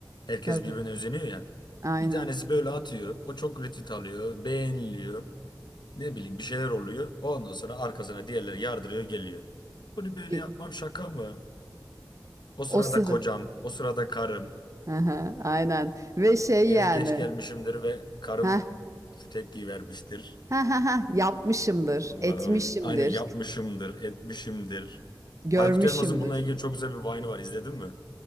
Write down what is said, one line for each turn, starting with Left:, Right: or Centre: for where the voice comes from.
Left: Herkes
Right: Tabii.
Left: birbirine özeniyor ya.
Right: Aynen.
Left: Bir tanesi böyle atıyor. O çok retweet alıyor. Beğeniliyor. Ne bileyim bir şeyler oluyor. Ondan sonra arkasına diğerleri yardırıyor geliyor. Bunu böyle
Right: Y-
Left: yapmam şaka mı? O sırada
Right: O sırada.
Left: kocam, o sırada karım.
Right: Hı aynen ve şey
Left: Eve
Right: yani
Left: geç gelmişimdir ve karım
Right: ha
Left: şu tepkiyi vermiştir.
Right: ha ha ha yapmışımdır,
Left: Allah'ım.
Right: etmişimdir,
Left: Aynen yapmışımdır, etmişimdir.
Right: görmüşümdür.
Left: Aykut Elmas'ın bununla ilgili çok güzel bir Vine'ı var. İzledin mi?